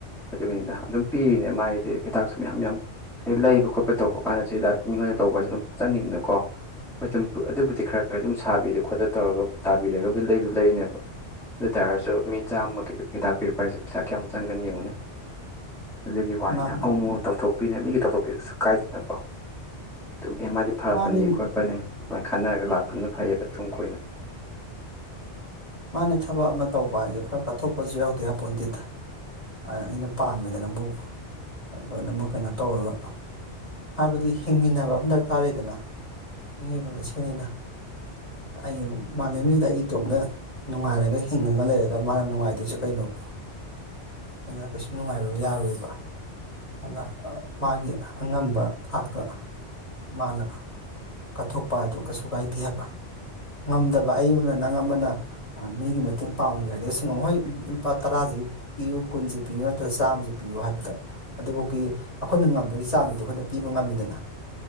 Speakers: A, in the centre; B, on the left (about 30°).
A: ꯑꯗꯨꯒꯤꯅꯤꯅ ꯑꯗꯨꯝ ꯄꯤꯔꯤꯅꯦ ꯃꯥꯒꯤꯗꯤ ꯍꯤꯗꯥꯛꯁꯨ ꯃꯌꯥꯝ ꯌꯥꯝ ꯍꯥꯏꯗꯤ ꯂꯩꯕ ꯈꯣꯠꯄ ꯄ ꯇꯧꯔꯛ ꯀꯥꯟꯗꯁꯨꯗꯥ ꯃꯤꯉꯣꯟ ꯑꯣꯏꯅ ꯇꯧꯕꯁꯦ ꯑꯗꯨꯝ ꯆꯪꯉꯤꯗꯅꯀꯣ ꯑꯗꯨꯝ ꯑꯗꯨꯕꯨꯗꯤ ꯈꯔ ꯈ ꯑꯗꯨꯝ ꯁꯥꯕꯤꯗꯣ ꯈꯣꯠꯇ ꯇꯧꯔꯒ ꯇꯥꯕꯤꯔꯒ ꯂꯩꯕꯁꯨ ꯂꯩꯔꯤꯅꯦꯕ ꯑꯗꯨ ꯑꯣꯏꯇꯥꯔꯁꯨ ꯃꯤ ꯑꯃꯒꯤ ꯍꯤꯗꯥꯛ ꯄꯤꯔꯛꯄ ꯍꯥꯏꯁꯦ ꯄꯩꯁꯥ ꯀꯌꯥꯝ ꯆꯪꯒꯅꯤ ꯌꯦꯡꯉꯣꯟꯅꯦ ꯑꯗꯨꯒꯤ ꯋꯥꯅꯤꯗ
B: ꯃꯥꯅꯦ
A: ꯑꯃꯨꯃꯨꯛ ꯇꯧꯊꯣꯛꯄꯤꯅꯦ ꯃꯤꯒꯤ ꯇꯧꯊꯣꯛꯄꯤꯕꯁꯨ ꯀꯥꯏꯗꯅꯀꯣ ꯑꯗꯨꯝ ꯑꯦ ꯃꯥꯏꯗꯤ ꯐꯔꯛꯄꯅꯤ
B: ꯃꯥꯅꯤ
A: ꯈꯣꯠꯄꯅꯦ ꯑꯗꯨꯃꯥꯏꯅ ꯈꯟꯅꯔꯒ ꯂꯥꯛꯄꯅꯤ ꯐꯩꯌꯦꯕ ꯇꯨꯡ ꯀꯣꯏꯅ
B: ꯃꯥꯅꯦ ꯊꯕꯛ ꯑꯃ ꯇꯧꯕ ꯍꯥꯏꯁꯦ ꯈꯔ ꯀꯠꯊꯣꯛꯄꯁꯨ ꯌꯥꯎꯗ ꯌꯥꯄꯣꯟꯇꯦꯗ ꯑꯩꯅ ꯄꯥꯝꯃꯦꯗꯅꯕꯨ ꯂꯣꯏꯅꯃꯛ ꯀꯩꯅꯣ ꯇꯧꯔꯒ ꯍꯥꯏꯕꯗꯤ ꯍꯤꯡꯃꯤꯟꯅꯕ ꯑꯃ ꯗꯔꯀꯥꯔ ꯂꯩꯗꯅ ꯃꯤꯑꯣꯏꯕ ꯃꯁꯦꯟꯅꯤꯅ ꯑꯩ ꯃꯥꯂꯦꯝꯁꯤꯗ ꯑꯩ ꯏꯇꯣꯝꯗ ꯅꯨꯡꯉꯥꯏꯔꯒ ꯍꯤꯡꯉꯒ ꯂꯩꯔꯒ ꯃꯥꯅ ꯅꯨꯡꯉꯥꯏꯗꯣꯏꯁꯦ ꯀꯩꯅꯣꯕ ꯑꯗꯨꯅ ꯀꯩꯁꯨꯝ ꯅꯨꯡꯉꯥꯏꯕ ꯌꯥꯔꯣꯏꯕ ꯑꯗꯨꯅ ꯃꯥꯒꯤ ꯑꯉꯝꯕ ꯊꯥꯛꯇ ꯃꯥꯅ ꯀꯠꯊꯣꯛꯄꯗꯨ ꯀꯩꯁꯨ ꯀꯥꯏꯗꯦ ꯍꯥꯏꯕ ꯉꯝꯗꯕ ꯑꯩ ꯑꯃꯅ ꯅꯪ ꯑꯃꯅ ꯃꯤꯒꯤ ꯃꯇꯦꯡ ꯄꯥꯡꯉꯨꯒꯦ ꯍꯥꯏꯔꯒ ꯁ ꯉꯝ ꯍꯣꯏ ꯂꯨꯄꯥ ꯇꯔꯥꯥꯁꯦ ꯄꯤꯌꯨ ꯀꯨꯟꯁꯦ ꯄꯤꯌꯨ ꯅꯠꯇ꯭ꯔꯒ ꯆꯥꯝꯃꯁ ꯄꯤꯌꯨ ꯍꯥꯏꯕꯗ ꯑꯗꯨꯐꯥꯎꯒꯤ ꯑꯩꯈꯣꯏꯅ ꯉꯝꯕꯒꯤ ꯆꯥꯡꯗꯨꯗꯤ ꯑꯩꯈꯣꯏꯅ ꯄꯤꯕ ꯉꯝꯃꯤꯗꯅ